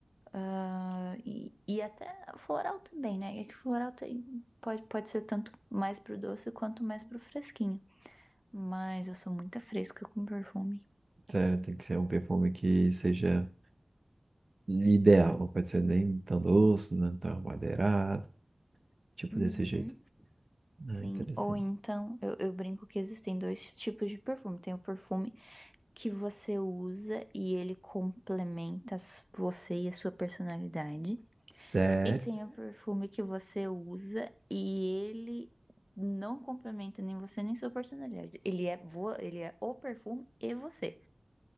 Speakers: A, in the centre; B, on the right (about 60°).
A: Ah, e, e até floral também, né? É que floral tem, pode, pode ser tanto mais pro doce quanto mais pro fresquinho. Mas eu sou muito fresca com perfume.
B: Sério, tem que ser um perfume que seja ideal, não pode ser nem tão doce, nem tão armadeirado, tipo
A: Uhum.
B: desse jeito. Ah,
A: Sim,
B: interessante.
A: ou então eu, eu brinco que existem dois tipos de perfume. Tem o perfume que você usa e ele complementa a su- você e a sua personalidade.
B: Sério?
A: E tem o perfume que você usa e ele não complementa nem você nem sua personalidade. Ele é, vo- ele é o perfume e você.